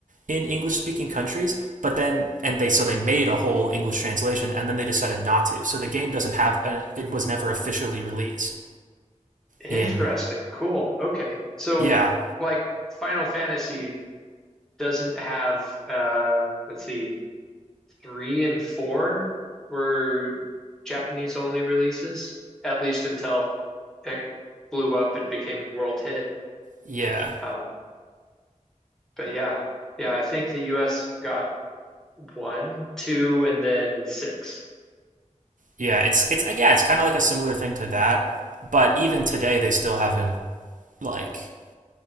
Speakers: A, on the right; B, in the centre.
A: in English speaking countries, but then and they so they made a whole English translation and then they decided not to. So the game doesn't have a, it was never officially released
B: Interesting.
A: in
B: Cool. Okay. So
A: yeah,
B: like Final Fantasy doesn't have uh let's see, three and four were Japanese only releases, at least until it blew up and became a world hit.
A: yeah.
B: Um, but yeah. Yeah, I think the US got one, two, and then six.
A: Yeah, it's it's yeah, it's kind of like a similar thing to that, but even today they still haven't like